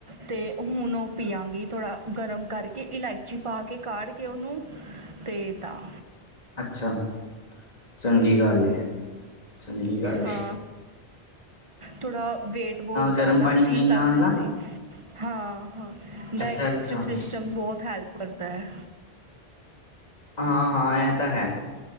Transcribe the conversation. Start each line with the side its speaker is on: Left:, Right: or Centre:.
Right: ਤੇ ਹੁਣ ਉਹ ਪੀਆਂਗੀ ਥੋੜਾ ਗਰਮ ਕਰਕੇ ਇਲਾਇਚੀ ਪਾ ਕੇ ਕਾੜ ਕਿ ਓਹਨੂੰ ਤੇ ਤਾਂ।
Left: ਅੱਛਾ, ਚੰਗੀ ਗੱਲ ਹੈ -ਚੰਗੀ ਗੱਲ
Right: ਹਾਂ
Left: ਹੈ?
Right: ਥੋੜ੍ਹਾ ਵੇਟ ਬੋਤ ਜ਼ਿਆਦਾ
Left: ਗਰਮ ਪਾਣੀ
Right: ਮੈਨੂੰ
Left: ਪੀਣ
Right: ਲੱਗ
Left: ਨਾਲ
Right: ਰਿਹਾ
Left: ਨਾ।
Right: ਸੀ। ਹਾਂ -ਹਾਂ ਡਾਇਜਸਟਿਵ
Left: ਅੱਛਾ-ਅੱਛਾ,
Right: ਸਿਸਟਮ ਬਹੁਤ ਹੈਲਪ ਕਰਦਾ ਹੈ
Left: ਹਾਂ -ਹਾਂ ਇਹ ਤਾਂ ਹੈ,